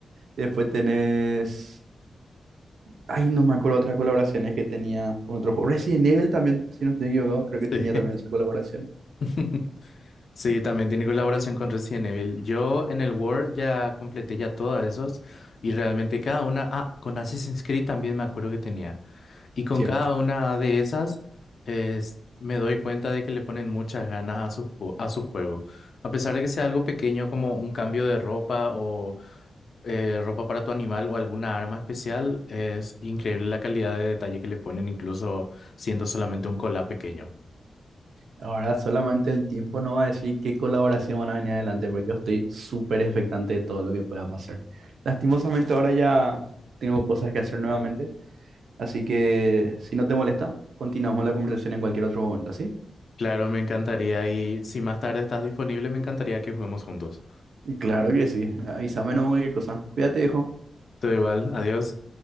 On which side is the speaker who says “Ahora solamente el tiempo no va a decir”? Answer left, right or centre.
Right